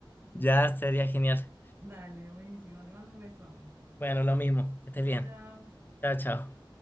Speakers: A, on the left (about 25°); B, on the right (about 20°).
A: ya sería genial.
B: Dale, buenísimo. Te mando un beso.
A: Bueno, lo mismo, que estés
B: Chao,
A: bien.
B: chao.
A: Chao, chao.